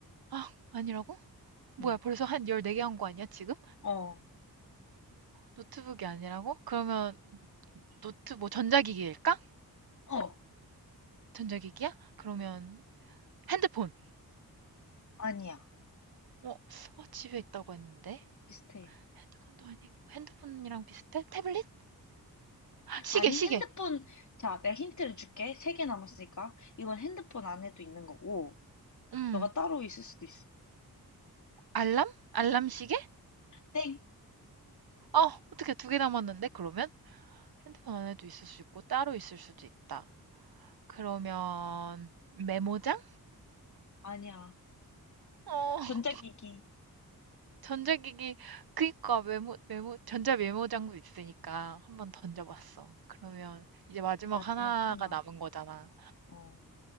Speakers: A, on the right (about 70°); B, on the left (about 50°).
A: 아, 아니라고? 뭐야,
B: 응.
A: 벌써 한 14개 한 거 아니야, 지금?
B: 어,
A: 노트북이 아니라고? 그러면, 노트, 뭐, 전자기기일까?
B: 어.
A: 전자기기야? 그러면 핸드폰.
B: 아니야.
A: 어, 어, 집에 있다고 했는데.
B: 비슷해.
A: 핸드폰도 아니고 핸드폰이랑 비슷해? 태블릿? 아, 시계,
B: 아니,
A: 시계.
B: 핸드폰, 자, 내가 힌트를 줄게. 세 개 남았으니까. 이건 핸드폰 안에도 있는 거고,
A: 음,
B: 너가 따로 있을 수도 있어.
A: 알람? 알람 시계?
B: 땡!
A: 어, 어떻게 두 개 남았는데? 그러면 핸드폰 안에도 있을 수 있고 따로 있을 수도 있다. 그러면 메모장?
B: 아니야.
A: 어,
B: 전자기기.
A: <laughs> 전자기기 그니까 메모 메모 전자 메모장도 있으니까 한번 던져봤어. 그러면 이제 마지막
B: 마지막
A: 하나가
B: 하나.
A: 남은 거잖아.
B: 어,